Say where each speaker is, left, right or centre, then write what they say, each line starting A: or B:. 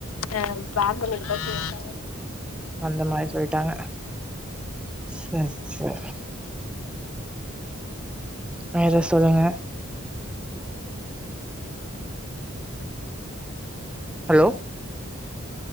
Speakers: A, on the left; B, in the centre.
A: ஆ பேன் பண்ண
B: அந்த மாரி சொல்லிட்டாங்க செர் செர் வேற சொல்லுங்க ஹாலோ